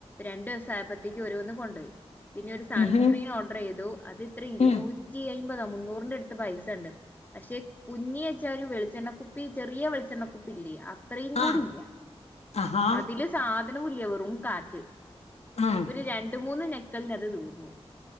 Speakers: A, on the left (about 15°); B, on the left (about 80°).
A: രണ്ടു ദിവസം ആയപ്പോഴത്തേക്ക് ഒരുവന്ന് കൊണ്ടുപോയി പിന്നെ ഒരു സൺസ്ക്രീൻ
B: ഉം
A: ഓർഡർ ചെയ്തു അത് എത്രാ ഇരുന്നൂ
B: ഉം
A: റ്റി അയ്മ്പതോ മുന്നൂറിന്റെ അടുത്ത് പൈസ ഉണ്ട് പക്ഷെ കുഞ്ഞി ച്ചാ ഒരു വെളിച്ചെണ്ണക്കുപ്പി ചെറിയ വെളിച്ചെണ്ണക്കുപ്പി ഇല്ലേ അത്രയും കൂടില്ല
B: ആഹ് ആഹാ
A: അതില് സാധനവുല്ല വെറും കാറ്റ്
B: ആഹ്
A: ഒരു രണ്ട് മൂന്ന് നെക്കലിനത് തീർന്നു